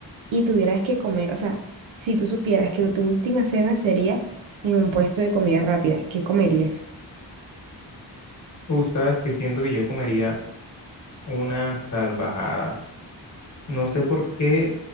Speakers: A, on the right; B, on the left.
A: y tuvieras que comer? O sea, si tú supieras que tu última cena sería en un puesto de comida rápida, ¿qué comerías?
B: Tú sabes que siento que yo comería una salvajada. No sé por qué,